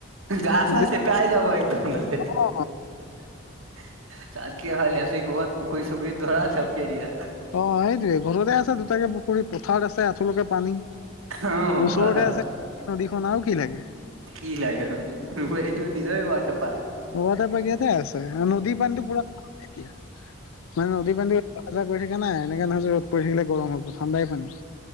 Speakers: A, on the right; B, on the left.
A: গা ছা
B: যে
A: ছে পাই যাব। <unintelligible> তাতকে
B: অ
A: ভাল ইয়াঁতে ক'ৰবাত পুখুৰী চুখুৰীত ধৰা জাপিয়ে দিয়া।
B: অ' সেইটোয়ে ঘৰতে আছে দুটাকে পুখুৰী পথাৰত আছে আঁঠুলকে পানী।
A: অহ
B: ওচৰতে
A: পাহাৰ
B: আছে নদীখন আৰু কি লাগে।
A: কি লাগে এইটো নিজৰে বাৰ্তা।
B: ৱটাৰ পকিয়তে আছে নদীৰ পানীতটো পোৰা এতিয়া। মানে নদীৰ পানীত য কৰি থাকা নাই এনেকাে নহয় যে ৰ'দ পৰি থাকিলে গৰম হ'ব ঠাণ্ডাই পানী।